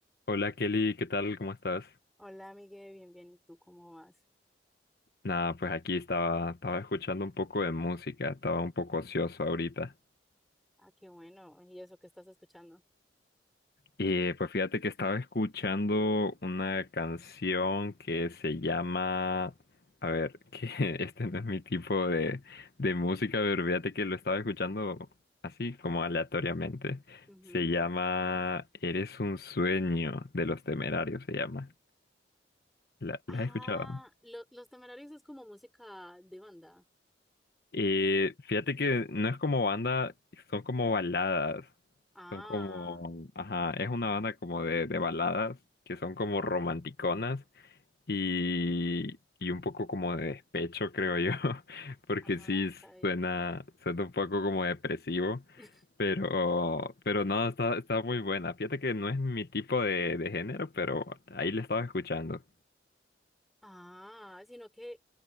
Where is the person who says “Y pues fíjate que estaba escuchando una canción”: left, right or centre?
Left